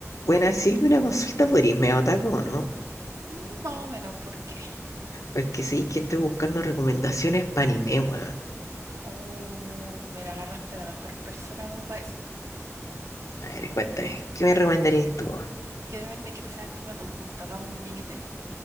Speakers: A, on the left; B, on the right.
A: Bueno, Silvia, una consulta por irme otaku,
B: Buena.
A: o ¿no?
B: Mm, Más o menos, ¿por qué?
A: Porque sí que estoy buscando recomendaciones para anime, weón.
B: Oh, pero agarraste a la mejor persona como para eso.
A: A ver, cuéntame, ¿qué me recomendarías tú, weón?
B: que depende? ¿Quieres saber primero tu gusto? Hagamos un mini test.